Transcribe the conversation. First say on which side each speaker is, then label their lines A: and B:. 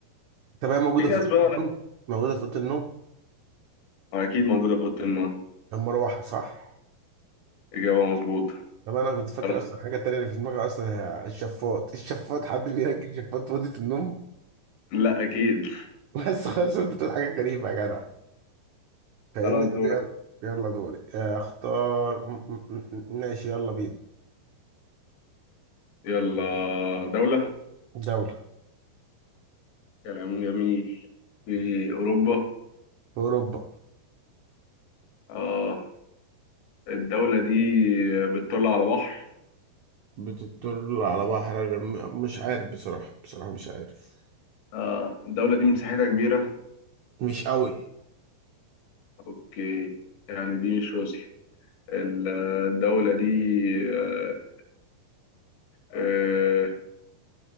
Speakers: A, on the right; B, on the left.
A: طب هي موجودة
B: في ناس
A: في أوضة
B: بقى
A: النوم موجودة في أوضة النوم
B: أكيد موجودة في أوضة النوم
A: المروحة صح
B: إجابة مظبوطة
A: طب انا كنت فاكر
B: خلاص
A: اصلا الحاجه التانيه اللي في دماغي اصلا هي الشفاط <laughs> الشفاط حد بيركب شفاط في اوضه النوم
B: لا أكيد
A: <laughs> بس خلاص انت بتقول حاجه غريبه يا جدع فاهمني
B: خلاص
A: طب
B: دورك
A: يلا يلا دوري اختار م- م- م- ماشي يلا بينا
B: يلا دولة
A: دوله
B: كلام جميل في أوروبا
A: في اوروبا
B: آه الدولة دي بتطل على بحر
A: بتطل على بحر م- مش عارف بصراحة بصراحة مش عارف
B: آه الدولة دي مساحتها كبيرة
A: مش قوي
B: اوكي يعني دي مش روسيا الدولة دي آه، آه،